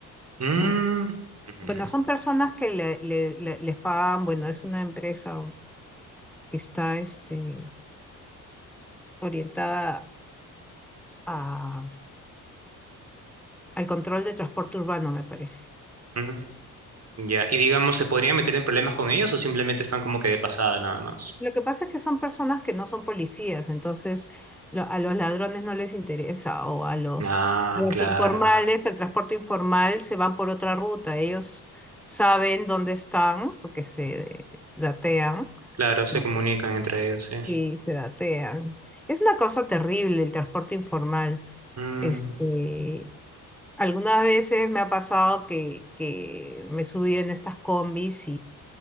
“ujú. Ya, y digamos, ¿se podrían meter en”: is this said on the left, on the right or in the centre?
Right